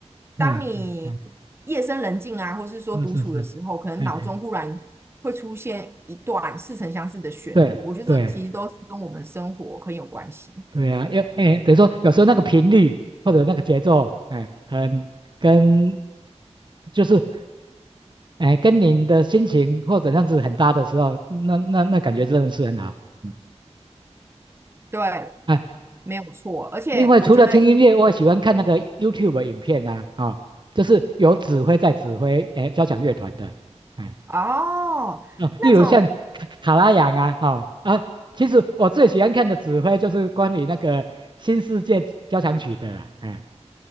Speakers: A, on the right (about 40°); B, on the right (about 20°).
A: 对，
B: 当你夜深人静啊，
A: 嗯
B: 或是说独处的时候，
A: 嗯，是是是，
B: 可能脑中忽然会出现一段似曾相识的旋律。
A: 嗯嗯，对对，
B: 我觉得这其实都是跟我们生活很有关系。
A: 对呀、啊，因为哎，等于说有时候那个频率或者那个节奏，哎，很跟就是哎跟您的心情或者样子很搭的时候，那那那感觉真的是很好。嗯
B: 对，
A: 啊，
B: 没有错。而且我觉得音乐
A: 另外除了听音乐，我也喜欢看那个 YouTube 的影片啊，啊、就是有指挥在指挥哎交响乐团的，哎
B: 哦，
A: 哦，
B: 那种
A: 例如像卡卡拉扬啊，哦啊，其实我最喜欢看的指挥就是关于那个新世界交响曲的啦，哎